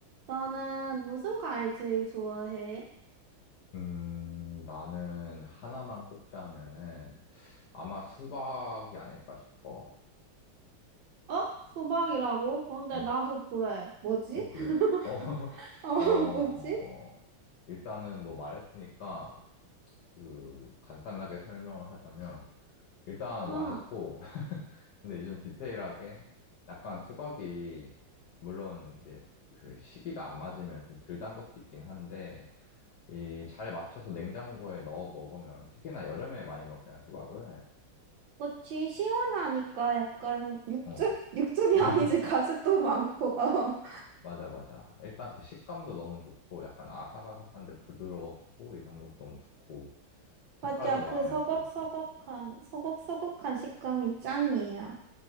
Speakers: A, on the right; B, on the left.
A: 나는 무슨 과일 제일 좋아해?
B: 음, 나는 하나만 꼽자면은 아마 수박이 아닐까 싶어.
A: 어? 수박이라고? 근데
B: 응.
A: 나도 그래. 뭐지?
B: 어, 그래?
A: <laughs>
B: 어, <laughs>
A: 어,
B: 어,
A: 뭐지?
B: 일단은 뭐 말했으니까 그 간단하게 설명을 하자면 일단
A: 응.
B: 맛있고 <laughs> 근데 이제 좀 디테일하게 약간 수박이 물론 이제 그 시기가 안 맞으면 좀 덜 단 것도 있긴 한데 이 잘 맞춰서 냉장고에 넣어 먹으면 특히나 여름에 많이 먹잖아, 수박을.
A: 그치, 시원하니까 약간 육즙?
B: 어.
A: 육즙이
B: <laughs>
A: 아니지, 가습도 많고, 어.
B: 맞아, 맞아. 일단 그 식감도 너무 좋고, 약간 아삭아삭한데 부드럽고, 이런 것도 너무 좋고, 색깔도
A: 맞아, 그
B: 마음에
A: 서걱서걱한,
B: 들고,
A: 서걱서걱한 식감이 짱이야.